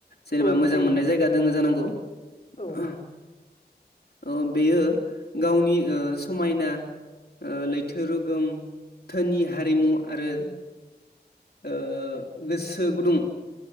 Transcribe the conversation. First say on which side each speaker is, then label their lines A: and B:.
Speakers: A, on the left; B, on the left.
A: जेनेबा
B: औ
A: मोजां
B: थायो
A: मोननाय जायगा दङो जानांगौ।
B: औ
A: आ। ओ बेयो गावनि ओ समायना ओ लैथो रुगोम धोनि हारिमु आरो। ओ गोसो गुदुं